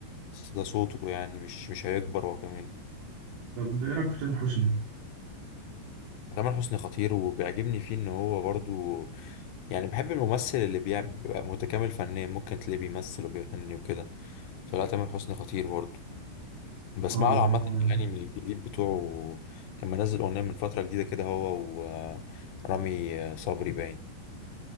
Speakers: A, on the left; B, on the right.
A: بس ده صوته يعني مش مش هيكبر هو كمان
B: طب ايه رايك في تامر حسني
A: تامر حسني خطير وبيعجبني فيه ان هو برضو يعني بحب الممثل اللي بيعمل بيبقى متكامل فنيا ممكن تلاقيه بيمثل وبيغني وكده فلا تامر حسني خطير برضو بسمع
B: اه
A: له عامة
B: اه
A: الأغاني من الجديد بتوعه كان منزل أغنية من فترة جديدة كده هو ورامي صبري باين